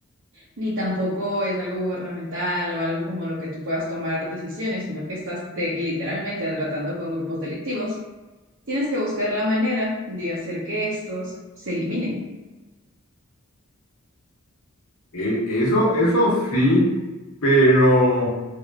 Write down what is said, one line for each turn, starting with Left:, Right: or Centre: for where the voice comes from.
Right: ni tampoco es algo gubernamental o algo como lo que tú puedas tomar decisiones, sino que estás de- literalmente tratando con grupos delictivos. Tienes que buscar la manera de hacer que estos se eliminen.
Left: E- Eso, eso sí, pero